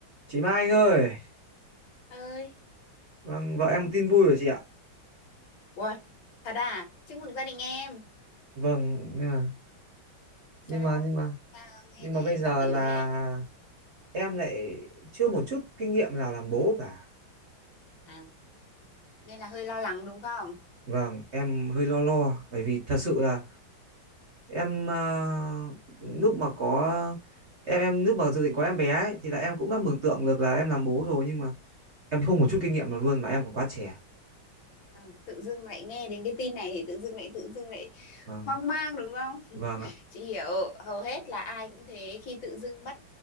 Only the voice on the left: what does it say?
ơi
Uầy, thật à chúc mừng gia đình em
sao
sao nghe
lại
giọng ỉu
thế
à nên là hơi lo lắng đúng không
ừ, tự dưng lại nghe đến cái tin này thì tự dưng lại tự dưng lại
hoang mang đúng không
chị hiểu hầu hết là ai cũng thế khi tự dưng bất